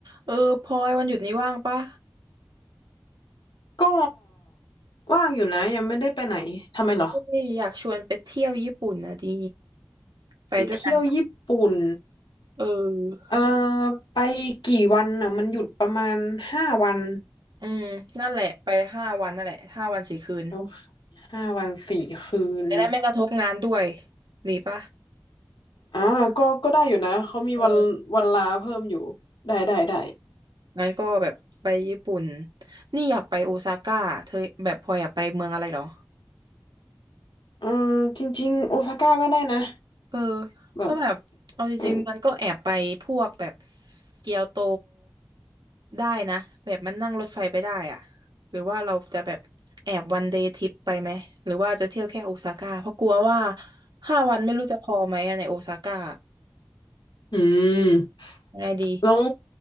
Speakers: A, on the right; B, on the left.
A: เออพลอยวันหยุดนี้ว่างปะ
B: ก็ว่างอยู่นะยังไม่ได้ไปไหนทำไมเหรอ
A: เอ้ยอยากชวนไปเที่ยวญี่ปุ่นนะดีไปด้วยกันปะ
B: ไปเที่ยวญี่ปุ่น
A: เออ
B: เอ่อไปกี่วันน่ะมันหยุดประมาณห้าวัน
A: อืมนั่นแหละไปห้าวันนั่นแหละห้าวันสี่คืน
B: โอเคห้าวันสี่คืน
A: จะได้ไม่กระทบงานด้วยดีปะ
B: อ่าก็ก็ได้อยู่นะเขามีวันวันลาเพิ่มอยู่ได้ได้ได้
A: เอองั้นก็แบบไปญี่ปุ่นนี่อยากไปโอซาก้าเธอแบบพลอยอยากไปเมืองอะไรเหรอ
B: เอ่อจริงๆโอซาก้าก็ได้นะ
A: เออ
B: แบบ
A: ถ้าะแบบเอาจริงๆมันก็แอบไปพวกแบบ
B: เออ
A: เกียวโตได้นะแบบมันนั่งรถไฟไปได้อะหรือว่าเราจะแบบแอบวันเดย์ทริปไปไหมหรือว่าจะเที่ยวแค่โอซาก้าเพราะกลัวว่าห้าวันไม่รู้จะพอไหมอะในโอซาก้า
B: อืม
A: ยังไงดี
B: แล้ว